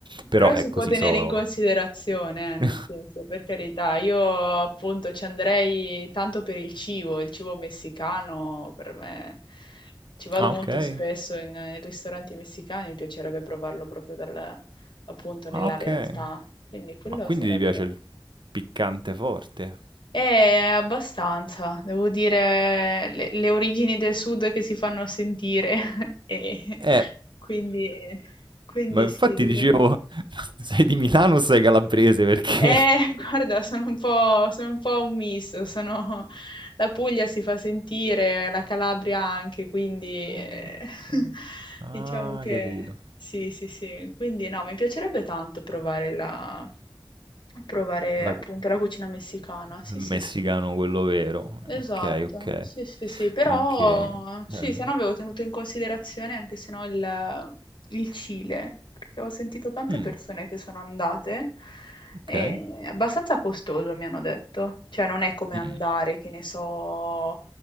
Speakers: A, on the right (about 65°); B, on the left (about 65°).
A: Però
B: però
A: ecco
B: si può
A: sì,
B: tenere
A: so
B: in considerazione, eh, nel
A: Mh.
B: senso, per carità, io appunto ci andrei tanto per il cibo, il cibo messicano per me, ci vado
A: Ah
B: molto
A: okay,
B: spesso in, in ristoranti messicani, mi piacerebbe provarlo proprio dal, appunto nella
A: ah okay.
B: realtà, quindi quello
A: Ma quindi
B: sarebbe...
A: ti piace il piccante forte?
B: È abbastanza, devo dire, le, le origini del sud che si fanno sentire. <laughs> E
A: Eh.
B: quindi, quindi
A: Ma infatti
B: sì, direi.
A: dicevo, sei di Milano o sei calabrese perché
B: Eh, <laughs> guarda, sono un po', sono un po' un misto, sono- la Puglia si fa sentire, la Calabria anche, quindi
A: Ah
B: eh, <laughs>
A: okay. Ah
B: diciamo che
A: capito.
B: sì, sì, sì. Quindi no, mi piacerebbe tanto provare la, provare
A: La
B: appunto
A: gu
B: la cucina messicana. Sì,
A: Il messicano
B: sì, sì.
A: quello vero.
B: Esatto,
A: Okay, okay.
B: sì, sì, sì, però
A: Anche
B: sì,
A: eh.
B: se no avevo tenuto in considerazione anche se no il, il Cile, perché ho sentito tante
A: Mh,
B: persone che sono andate e
A: okay.
B: è abbastanza costoso, mi hanno detto, cioè non è come
A: Mh,
B: andare, che ne so,